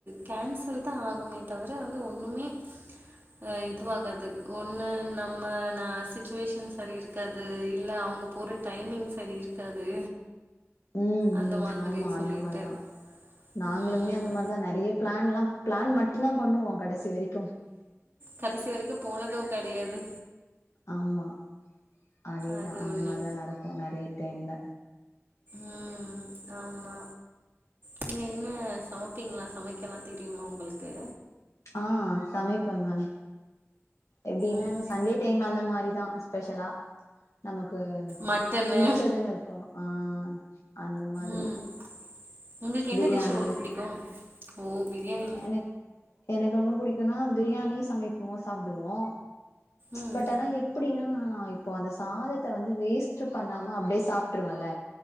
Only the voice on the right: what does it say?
கேன்சல்தா ஆகுமே தவிர வந்து ஒன்னுமே அ இதுவாகாது ஒண்ணு நம்ம ந சிச்சுவேஷன் சரி இருக் காது இல்ல அவங்க போற டைமிங் சரி இருக்காது
அந்த
மாதிரி
சொல்லிட்டு
ம்
கடைசி வரைக்கு போனது கெடையாது
அது
ஒண்ணு
உம் ஆமா நீங்க என்ன சமப்பிங்ளா சமைக்கலா தெரியுமா உங்களுக்கு
ம்
மட்டனு
ம் உங்களுக்கு என்ன
டிஷ்ஷு ரொம்ப பிடிக்கு ஓ பிரியாணி
ம்